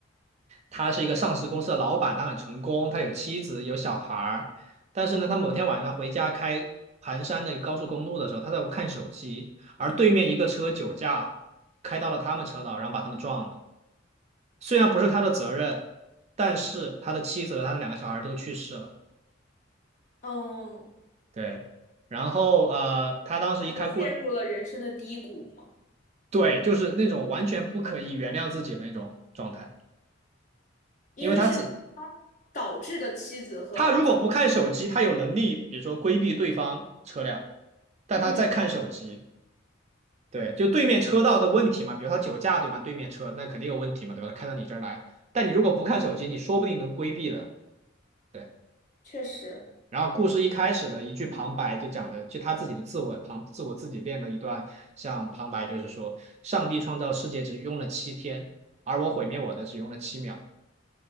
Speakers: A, on the right; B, on the left.
A: 他是一个上市公司的老板，他很成功，他有妻子有小孩儿，但是呢，他某天晚上回家开盘山的一个高速公路的时候，他在看手机，而对面一个车酒驾开到了他们车道，然后把他们撞了。虽然不是他的责任，但是他的妻子和他的两个小孩都去世了。
B: 嗯，
A: 对。然后呃，他当时一开故
B: 他就陷入了人生的低谷嘛。
A: 对，就是那种完全不可以原谅自己的那种状态，
B: 因为是他
A: 因为他自
B: 导致的妻子和儿子。
A: 他如果不看手机，他有能力，比如说规避对方车辆，但他在看手机，
B: 嗯
A: 对，就对面车道的问题嘛，
B: 嗯
A: 比如他酒驾，对吧？对面车那肯定有问题嘛，对吧？他开到你这儿来，但你如果不看手机，你说不定能规避的。对，
B: 确实。
A: 然后故事一开始的一句旁白就讲的，就他自己的自我旁自我自己练的一段，像旁白就是说，上帝创造世界只用了七天，而我毁灭我的只用了七秒。